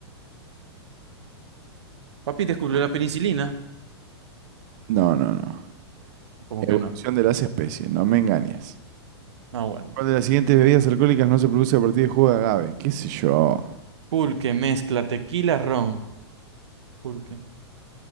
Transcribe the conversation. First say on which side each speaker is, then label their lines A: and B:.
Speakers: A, on the right (about 85°); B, on the right (about 40°).
A: Papi descubrió la penicilina.
B: No, no, no.
A: Como
B: Evolución
A: que no.
B: de las especies, no me engañes.
A: Ah, bueno.
B: ¿Cuál de las siguientes bebidas alcohólicas no se produce a partir de jugo de agave? ¿Qué sé yo?
A: Pulque, mezcla, tequila, ron. Pulque,